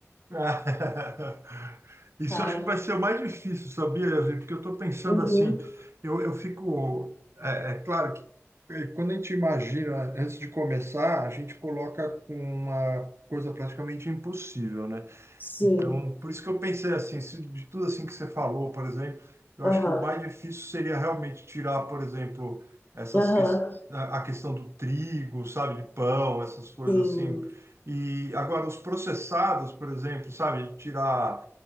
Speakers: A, on the right (about 60°); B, on the left (about 40°).
A: Ah, <laughs> Isso
B: sabe?
A: acho que vai ser o mais difícil, sabia, Yasmin? Porque eu estou pensando
B: Uhum.
A: assim, eu, eu fico. É, é claro que eh, quando a gente imagina, antes de começar, a gente coloca com uma coisa praticamente impossível, né?
B: Sim.
A: Então, por isso que eu pensei assim, se de tudo assim que você falou, por exemplo, eu
B: Aham.
A: acho que o mais difícil seria realmente tirar, por exemplo, essas
B: Aham.
A: que... a a questão do trigo, sabe, de pão, essas coisas
B: Sim.
A: assim. E agora os processados, por exemplo, sabe, tirar,